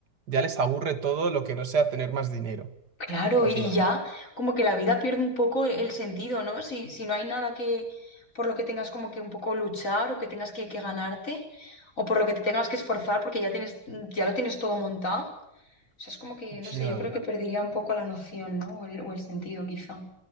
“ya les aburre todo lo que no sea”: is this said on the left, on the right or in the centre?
Right